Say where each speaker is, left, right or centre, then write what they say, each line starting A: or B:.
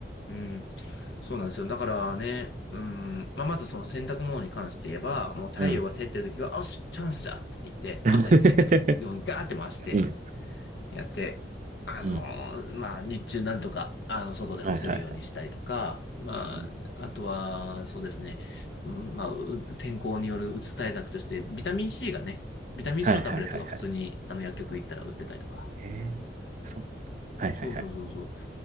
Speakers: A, on the left; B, on the right.
A: うん。そうなんですよ。だからね、うん、まあ、まずその洗濯物に関して言えば、もう太陽が照ってる時は、
B: うん。
A: よし、チャンスじゃっつって言って、もう朝に洗濯機をガーって回して、
B: <laughs> うん。
A: やって、あのーまあ、
B: うん。
A: 日中なんとか、あの、外で干せるようにしたりとか、
B: はいはいはい。
A: まあ、
B: うん
A: あとは、そうですね、うんまあ、う天候によるうつ対策として、ビタミン C がね、ビタミン
B: はいはいはいはい。
A: C のタブレットが普通に、あの、薬局行ったら売ってたりとか、
B: へえ、そうなんだ。はいはいはい。
A: そうそうそうそう。